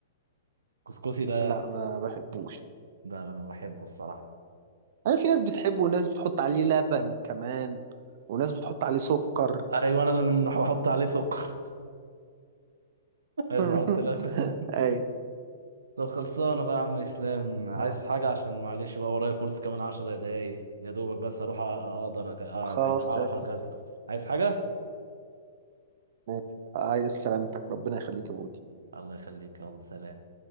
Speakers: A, on the right; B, on the right.
A: الكسكسي ده
B: لا ما بحبوش
A: ده انا بحبه الصراحه
B: انا في ناس بتحبه وناس بتحط عليه لبن كمان وناس بتحط عليه سكر
A: ايوه انا اللي من بحط عليه سكر <laughs> مش
B: <laughs>
A: بحط لبن
B: ايوه
A: طب خلصانه بقى يا عم اسلام عايز
B: آه.
A: حاجه عشان معلش بقى ورايا كورس كمان 10 دقايق يا دوبك بس اروح أ- اقدر أج... آه
B: خلاص
A: يعني اعرف
B: تمام
A: اجهز له عايز حاجه
B: ماشي. عايز سلامتك ربنا يخليك يا بودي
A: الله يخليك يلا سلام